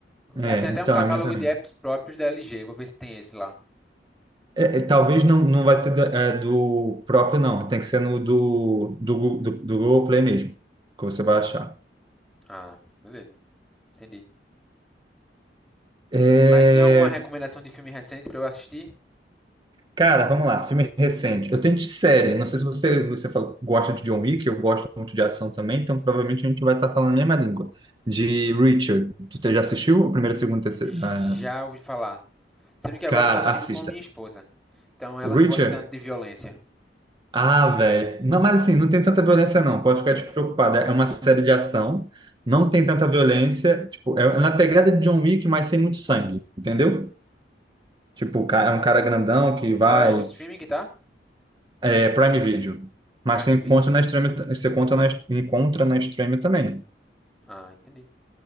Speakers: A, on the right (about 25°); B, in the centre.
A: É,
B: Ela tem até
A: então,
B: um catálogo
A: a minha também.
B: de apps próprios da LG. Vou ver se tem esse lá.
A: É, é, talvez não, não vai ter do, é, do próprio, não. Tem que ser no do, do, Gu- do, do Google Play mesmo, que você vai achar.
B: Ah, beleza. Entendi.
A: É,
B: Mas tem alguma recomendação de filme recente pra eu assistir?
A: cara, vamos lá. Filme recente. Eu tenho de série. Não sei se você, você fala- gosta de John Wick, eu gosto muito de ação também, então provavelmente a gente vai estar falando a mesma língua. De Richard. Tu te- já assistiu a primeira, segunda, terceira?
B: J-
A: Ah,
B: Já ouvi falar. Sendo que agora
A: cara,
B: eu tô assistindo
A: assista.
B: com minha esposa. Então ela
A: O Richard
B: não gosta tanto de violência.
A: Ah, velho. Não, mas assim, não tem tanta violência, não. Pode ficar despreocupada. É uma série de ação, não tem tanta violência. Tipo, é é na pegada de John Wick, mas sem muito sangue, entendeu?
B: Hum,
A: Tipo, o ca- é um cara grandão que vai.
B: Qual é o streaming que tá?
A: É Prime Video. Mas
B: Prime
A: você encontra
B: Video.
A: na Extreme, você conta na, encontra na Extreme também.
B: Ah, entendi.